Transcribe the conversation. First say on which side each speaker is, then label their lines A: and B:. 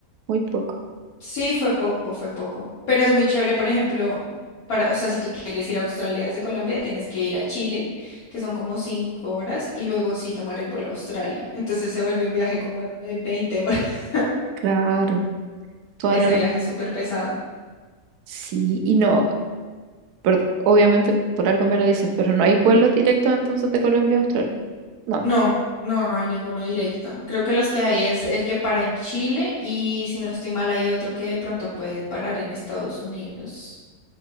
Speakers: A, on the right; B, on the left.
A: muy poco.
B: Sí, fue poco, fue poco. Pero es muy chévere, por ejemplo, para, o sea, si tú quieres ir a Australia desde Colombia, tienes que ir a Chile, que son como cinco horas, y luego sí tomar el vuelo a Australia. Entonces se vuelve un viaje como de 20 horas. <laughs>
A: Claro, toda
B: Ese
A: la razón.
B: viaje es súper pesado.
A: Sí, y no, pero obviamente por algo me lo dices, pero no hay vuelos directos entonces de Colombia a Australia. No.
B: No, no, no hay ninguno directo. Creo que los que hay es el que para en Chile y si no estoy mal hay otro que de pronto puede parar en Estados Unidos.